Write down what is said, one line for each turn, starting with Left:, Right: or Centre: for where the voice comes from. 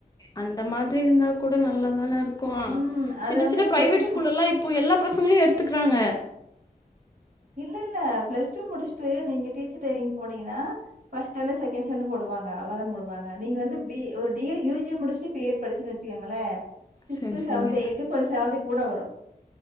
Left: அந்த மாதிரி இருந்தா கூட நல்லாதானே இருக்கும்
Right: ம் அது
Left: சின்ன
Right: வந்து
Left: சின்ன பிரைவேட்
Right: பிளஸ்
Left: ஸ்கூல்ல இப்போ எல்லா பசங்களையு எடுத்துக்கிறாங்க
Right: இல்ல இல்ல பிளஸ் டூ முடிச்சுட்டு நீங்கடீச்சர் டிரரைனிங் போனீங்கன்னாஃபஸ்டஸ்டாண்டர்ட் செகண்ட் ஸ்டாண்ட்ட் போவாங்க அவ்வளவுதான் போடுவாங்க நீங்க வந்து பி ஒரு டிகிரி யூஜி முடிச்சுட்டு பிஎட் படிச்சு வச்சுக்கோங்களே <unintelligible> சிக்ஸ்த்
Left: சரி சரி
Right: செவன்த் எய்த் பிளஸ் சேலரி கூட வரும்